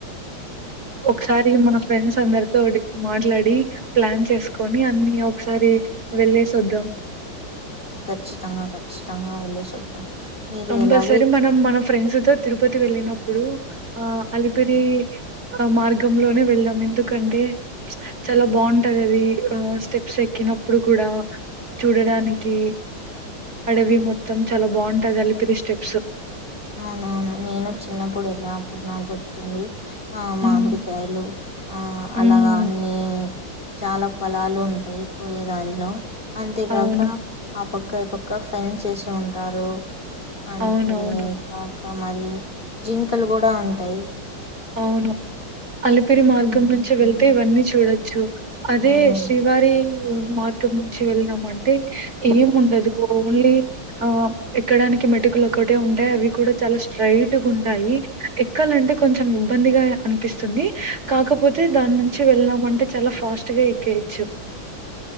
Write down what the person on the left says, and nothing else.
ఖచ్చితంగా ఖచ్చితంగా వెళ్ళేసి వద్దాం. మీరు
ఎలాగో ఇప్-
అవునవును నేను చిన్నప్పుడు వెళ్ళా అప్పుడు నాకు గుర్తుంది. ఆ మామిడికాయలు
ఆ
అలాగా అన్ని. చాలా ఫలాలు ఉంటాయి పోయే దారిలో. అంతేకాక
ఆ పక్క. క పక్క ఫ్రెండ్స్ చేసి ఉంటారు. అంతే.
ఇంకా మరి జింకలు కూడా ఉంటాయి
ఉమ్